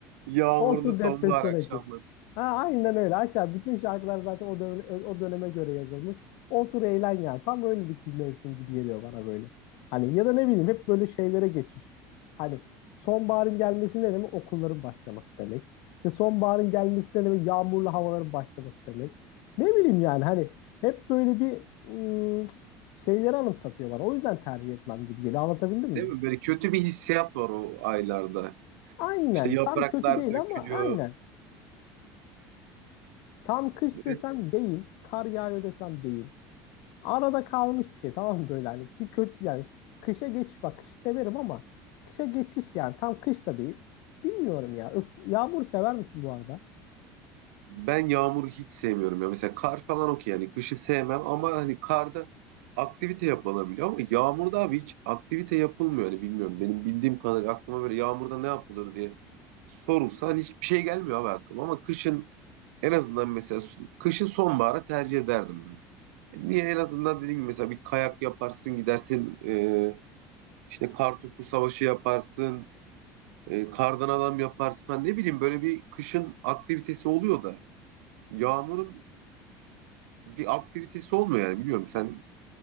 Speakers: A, on the right; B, on the left.
A: yağmurlu
B: o otur
A: sonbahar
B: depresyona
A: akşamları.
B: gir. Ha, aynen öyle. Aç abi. Bütün şarkılar zaten o döneme, o döneme göre yazılmış. Otur eğlen ya. Tam öylelik bir mevsim gibi geliyor bana böyle. Hani ya da ne bileyim hep böyle şeylere geçiş. Hani sonbaharın gelmesi ne demek? Okulların başlaması demek. İşte sonbaharın gelmesi ne demek? Yağmurlu havaların başlaması demek. Ne bileyim yani hani hep böyle bir ım, şeyleri anımsatıyor bana. O yüzden tercih etmem gibi geliyor. Anlatabildim mi?
A: Değil mi? Böyle kötü bir hissiyat var o aylarda.
B: Aynen.
A: İşte yapraklar
B: Şey Tam kötü değil
A: dökülüyor.
B: ama aynen. Tam kış desen
A: Evet.
B: değil, kar yağıyor desen değil. arada kalmış bir şey tamam mı böyle hani bir kötü yani kışa geçiş bak kışı severim ama kışa geçiş yani tam kış da değil. Bilmiyorum ya. Is yağmur sever misin bu arada?
A: Ben yağmuru hiç sevmiyorum ya. Mesela kar falan okey yani kışı sevmem ama hani karda aktivite yapılabiliyor ama yağmurda abi hiç aktivite yapılmıyor. Hani bilmiyorum benim bildiğim kadarıyla aklıma böyle yağmurda ne yapılır diye sorulsa hani hiçbir şey gelmiyor abi aklıma ama kışın en azından mesela kışın sonbahara tercih ederdim ben. Niye en azından dediğim gibi mesela bir kayak yaparsın gidersin e, işte kar topu savaşı yaparsın e, kardan adam yaparsın ben ne bileyim böyle bir kışın aktivitesi oluyor da. Yağmurun bir aktivitesi olmuyor yani biliyorum. Sen